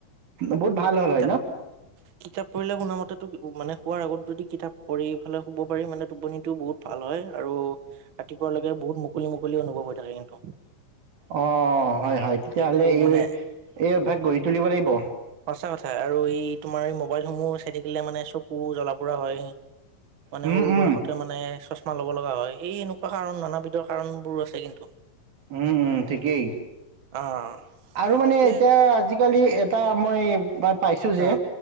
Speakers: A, on the right; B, on the right.
A: বহুত ভাল হ'ল
B: কিতাপ,
A: হয় ন
B: কিতাপ পঢ়িলে শুনা মতেটো মানে শুৱাৰ আগত যদি কিতাপ পঢ়িলৈ শুব পাৰি তেতিয়া টোপনিটো বহুত ভাল হয় আৰু ৰাতিপুৱালৈকে বহুত মুকলি, মুকলি অনুভৱ হৈ থাকে কিন্তু
A: অ',
B: উম
A: হয় হয় তেতিয়াহলে
B: সেইটো
A: এই,
B: মানে
A: এই অভ্যাস গঢ়ি তুলিব লাগিব।
B: এটা কথা আৰু এই তোমাৰ এই মোবাইলসমূহ চাই থাকিলে মানে চকু জ্বলা পুৰা হয়। মানে
A: উম
B: সৰু
A: উম
B: বয়সতে মানে চ <inaudible> মা ল'ব লগা হয়, এই এনেকুৱা কাৰণ নানাবিধৰ কাৰণ বোৰো আছে কিন্তু।
A: উম উম ঠিকেই।
B: অ'।
A: আৰু মানে
B: তে
A: এতিয়া আজিকালি এটা মই পাইছো
B: অ',
A: যে